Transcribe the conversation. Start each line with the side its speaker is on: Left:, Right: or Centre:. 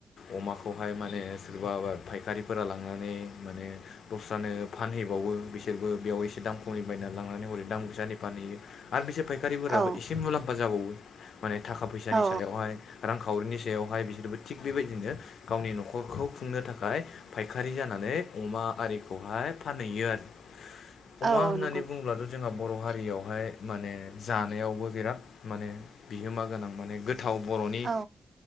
Left: अमाखौहाय माने सोरबा फायखारिफोरा लांनानै माने दस्रानो फानहै बावो बिसोरबो बेयाव एसे दाम खमनि बायनानै लांनानै हरै दाम गोसानि फानहैयो आरो बिसोर सफायखारिफोराबो
Right: औ
Left: एसे मुलाम्फा जाबावो माने थाखा फैसानि
Right: औ
Left: सायावहाय रां खावरिनि सायावहाय बिसोरबो थिग बेबायदिनो गावनि न'खरखौ खुंनो थाखाय फायखारि जानानै अमा आरिखौहाय फानहैयो आरो। अमा
Right: औ
Left: होननानै
Right: नंगौ
Left: बुङब्लाथ' जोंहा बर' हारियावहाय माने जानायावबो बिराद माने बिहोमा गोनां माने गोथ गोथाव बर'नि
Right: औ